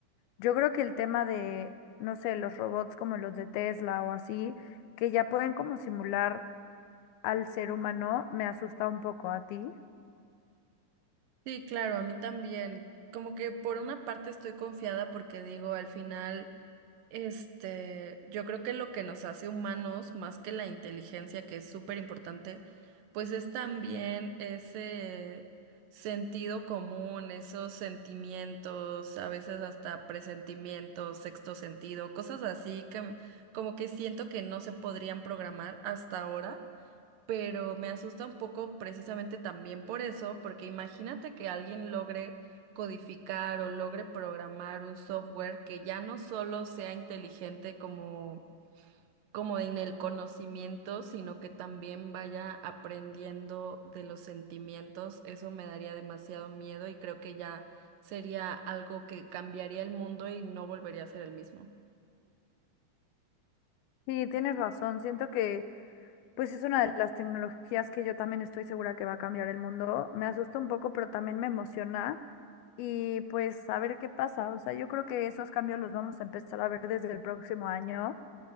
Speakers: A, on the left; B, on the right.
A: Yo creo que el tema de, no sé, los robots como los de Tesla o así, que ya pueden como simular al ser humano, me asusta un poco a ti.
B: Sí, claro, a mí también. Como que por una parte estoy confiada porque digo, al final... Este, yo creo que lo que nos hace humanos, más que la inteligencia, que es súper importante, pues es también ese sentido común, esos sentimientos, a veces hasta presentimientos, sexto sentido, cosas así que como que siento que no se podrían programar hasta ahora pero me asusta un poco precisamente también por eso, porque imagínate que alguien logre codificar o logre programar un software que ya no solo sea inteligente como, como en el conocimiento, sino que también vaya aprendiendo de los sentimientos. Eso me daría demasiado miedo y creo que ya sería algo que cambiaría el mundo y no volvería a ser el mismo.
A: Sí, tienes razón. Siento que Pues es una de las tecnologías que yo también estoy segura que va a cambiar el mundo. Me asusta un poco, pero también me emociona. Y pues a ver qué pasa. O sea, yo creo que esos cambios los vamos a empezar a ver desde el próximo año.